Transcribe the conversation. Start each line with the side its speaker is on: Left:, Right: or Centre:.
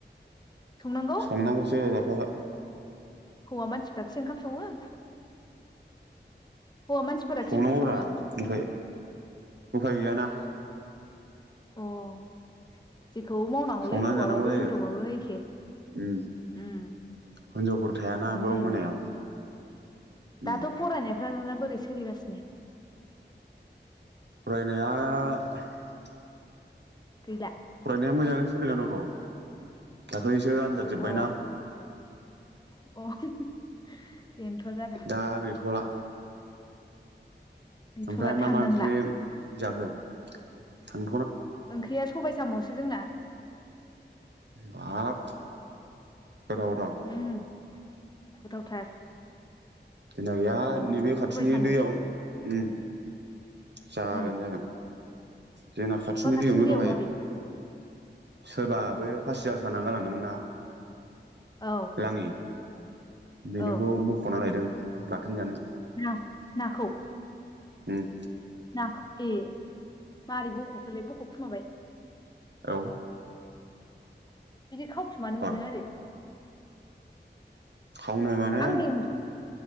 Left: संनांगौ
Right: संनांगौसो । बहाय
Left: हौवा मानसिफ्राखि ओंखाम सङो? हौवा मानसिफोराखि
Right: संनांगौरा
Left: ओंखाम सङो
Right: ओमफ्राय उफाय गैयाना।
Left: अ' जि खौ मावनांगौलै
Right: संनानै
Left: हौवाबाबो
Right: जानांगौ जायो
Left: हिनजावबाबो एखे
Right: उम
Left: उम
Right: हिनजावफोर थायाना
Left: बिदिनो
Right: बेयाव
Left: जाहैबाय।
Right: मोनायाव उम
Left: दाथ' फरायनायफ्रा नोंना बोरैसो सोलिगासिनो
Right: फरायनाया
Left: गैला
Right: फरायनाया मोजाङै सोलिनानै दं थ दा दाख्लैसो आनजाद जोब्बायना
Left: अ अ बेनोथ' जादों
Right: दा गैथ'ला
Left: गैथ'ला
Right: ओमफ्राय मा
Left: थांनांला
Right: मा ओंख्रि जाखो? थां-
Left: ओंख्रिया सबायसो सामसो जोंना
Right: बाब गोथाव गोथाव
Left: हम गोथाव थार
Right: जोंना गैया नैबे खाथिनि
Left: साम'
Right: दैयाव उम जागोन
Left: उम
Right: जागोन जोंना खाथिनि
Left: बा
Right: दैयावनो
Left: दैयाव
Right: दहाय
Left: माबे
Right: सोरबा बै फासि आं साना गालांदोंमोन ना
Left: औ
Right: लाङि बेनिखौ
Left: औ
Right: बख'ना लायदों बाथोन जानो
Left: ना नाखौ
Right: उम
Left: नाखौ ए मोरै बख'खोलै बख' खुमाबाय?
Right: औ
Left: <inaudible> बिदि खावखुमानो
Right: बा
Left: मोनो आरो?
Right: खावनो माने
Left: आंनि <unintelligible>